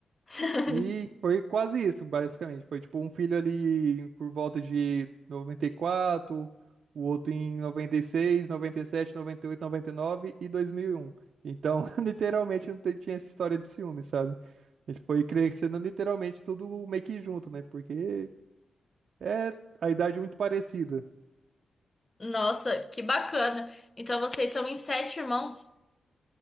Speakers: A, on the left (about 20°); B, on the right (about 65°).
A: <laughs>
B: E foi quase isso, basicamente. Foi tipo um filho ali por volta de noventa e quatro o outro em noventa e seis noventa e sete noventa noventa e e e oito nove e dois mil e um Então, <laughs> literalmente não te- tinha essa história de ciúme, sabe? A gente foi crescendo literalmente tudo meio que junto, né? Porque é a idade muito parecida.
A: Nossa, que bacana. Então vocês são em sete irmãos?